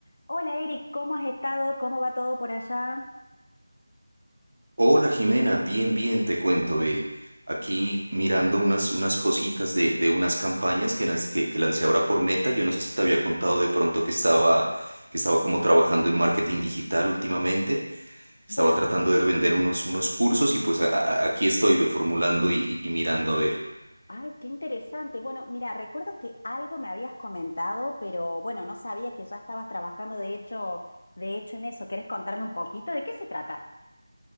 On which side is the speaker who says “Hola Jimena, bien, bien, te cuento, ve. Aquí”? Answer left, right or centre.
Right